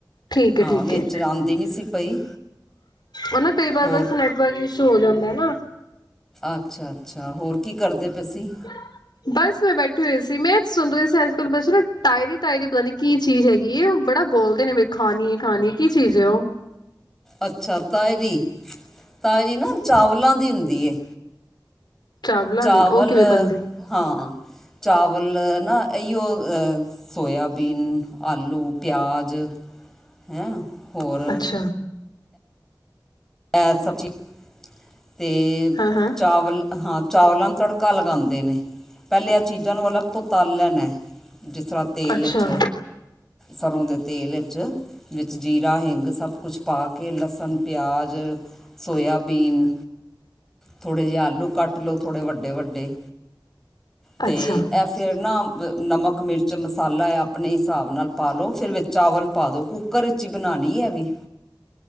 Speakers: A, on the left (about 80°); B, in the centre.
A: ਠੀਕ
B: ਹਾਂ
A: ਹੈ ਠੀਕ
B: ਵਿੱਚ
A: ਹੈ,
B: ਆਂਦੀ ਨਈ ਸੀ ਪਈ।
A: ਓ ਨਾ ਕਈ ਵਾਰ
B: ਹੋਰ
A: ਬਸ ਨੈਟਵਰਕ ਇਸ਼ੂ ਹੋ ਜਾਂਦਾ ਨਾ।
B: ਅੱਛਾ-ਅੱਛਾ ਹੋਰ ਕੀ ਕਰਦੇ ਪਏ ਸੀ।
A: <inaudible> ਬਸ ਮੈਂ ਬੈਠੇ ਹੋਏ ਸੀ ਮੈਂ ਸੁਣ ਰਈ ਸੀ ਅੱਜ ਕੱਲ ਬਸ ਟਾਇਰੀ-ਟਾਇਰੀ ਪਤਾ ਨੀ ਕੀ ਚੀਜ਼ ਹੈਗੀ ਓ ਬੜਾ ਬੋਲਦੇ ਨੇ ਵੀ ਖਾਣੀ ਹੈ ਖਾਣੀ ਕੀ ਚੀਜ਼ ਏ ਓ
B: ਅੱਛਾ ਤਾਇਰੀ ਤਾਇਰੀ ਨਾ ਚਾਵਲਾਂ ਦੀ ਹੁੰਦੀ ਏ।
A: ਚਾਵਲਾਂ
B: ਚਾਵਲ
A: ਦੀ ਉਹ ਕਿਵੇਂ ਬਣਦੀ?
B: ਹਾਂ ਚਾਵਲ ਨਾ ਇਓ ਸੋਇਆ ਬੀਨ, ਆਲੂ, ਪਿਆਜ਼ ਹੈਂ ਹੋਰ
A: ਅੱਛਾ।
B: ਐ ਸਬਜੀ ਤੇ
A: ਹਾਂ-ਹਾਂ,
B: ਚਾਵਲ ਹਾਂ ਚਾਵਲਾਂ ਨੂੰ ਤੜਕਾ ਲਗਾਂਦੇ ਨੇ। ਪੈਲੇ ਇਹ ਚੀਜ਼ਾਂ ਨੂੰ ਅਲੱਗ ਤੋਂ ਤਲ ਲੈਣਾ ਜਿਸ ਤਰ੍ਹਾਂ ਤੇਲ
A: ਅੱਛਾ,
B: 'ਚ ਸਰ੍ਹੋਂ ਦੇ ਤੇਲ 'ਚ ਵਿੱਚ ਜੀਰਾ, ਹਿੰਗ ਸਭ ਕੁਛ ਪਾ ਕੇ ਲਸਣ, ਪਿਆਜ, ਸੋਇਆਬੀਨ ਥੋੜ੍ਹੇ ਜਿਹੇ ਆਲੂ ਕੱਟ ਲਓ ਥੋੜ੍ਹੇ ਵੱਡੇ-ਵੱਡੇ ਤੇ
A: ਅੱਛਾ,
B: ਐਫ ਫਿਰ ਨਾ ਨਮਕ, ਮਿਰਚ, ਮਸਾਲਾ ਹੈ ਆਪਣੇ ਹਿਸਾਬ ਨਾਲ ਪਾ ਲਉ ਫਿਰ ਚਾਵਲ ਪਾ ਦੋ। ਕੁੱਕਰ 'ਚ ਈ ਬਣਾਣੀ ਐ ਵੀ